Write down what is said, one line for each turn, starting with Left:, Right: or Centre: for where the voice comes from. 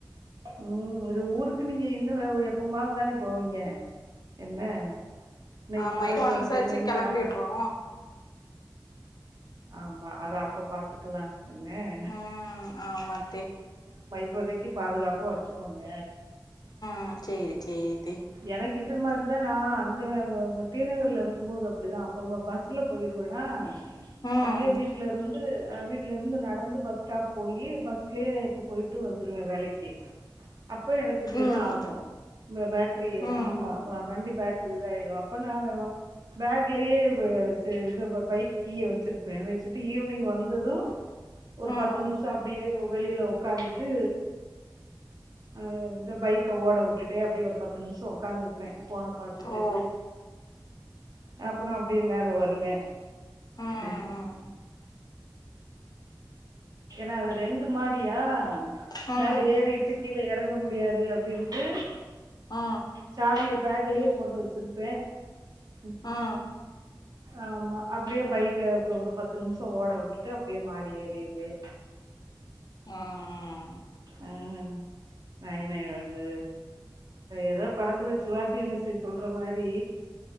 Right: உம் இது ஊருக்கு நீங்க இன்னும் எப்போமாவதுதானே போவீங்க என்ன என்ன
Left: ஆமா
Right: இப்ப
Left: <unintelligible>
Right: போயிட்டு
Left: ஒன்ஸ்
Right: வந்துட்டீங்கன்னா
Left: ஆச்சி கிளம்பிர்றோ
Right: ஆமா அத அப்ப பாத்துக்கலாம் என்ன?
Left: உம் ஆமா த்தே
Right: இப்பதைக்கு பாதுகாப்பா வச்சுக்கோங்க
Left: ஆ சேரி சேரி தே
Right: எனக் இது மாதிரி தா நா அங்க ஓ டீநகர்ல இருக்கும் போது அப்படிதா அப்போ பஸ்ல போயிடுவனா
Left: ம்
Right: அப்டியே வீட்டுல இருந்து ஹ வீட்டுல இருந்து நடந்து பஸ் ஸ்டாப் போயி பஸ்லயே இப்ப போயிட்டு வந்துருவே வேலைக்கு அப்போ எனக்கு இப்படி
Left: ம்
Right: தான் ஆகு பா அப்படியே
Left: ம்
Right: ஆமா வண்டி பேட்டரி இதாயிடும் அப்ப நான் பேக்லயே வ ச இது பைக் கீய வச்சிருப்பே வச்சுட்டு ஈவினிங் வந்தது ஒரு
Left: ம்
Right: பத்து நிமிஷம் அப்படியே வெளியில உக்காந்துட்டு ஆ இத பைக்க ஓட விட்டுட்டே அப்படிய ஒரு பத்து நிமி அஞ்சு நிமிஷம் உ்காந்துருப்பே ஃபோன பார்த்துட்டு
Left: ஓ
Right: அப்பற அப்படியே மேல வருவே
Left: ம்
Right: அ
Left: ம்
Right: ஏன்னா அது ரெண்டு மாடியா
Left: ம்
Right: மேல
Left: ம்
Right: ஏறிட்டு கீழே எறங்க முடியாது அப்படின்ட்டு
Left: ஆ
Right: சாவிய பேக்லயே போட்டு வச்சிருப்பேன் ம்
Left: ஆ
Right: ஆமா அப்படியே பைக்க ஒரு பத்து நிமிஷ ஓட விட்டுட்டு அப்படியே மாடி ஏறிடுவே
Left: ஆஹ்
Right: ஆஹ் நை நய் அது ஏதோ படத்துல சிவாஜி கணேச சொல்ற மாரி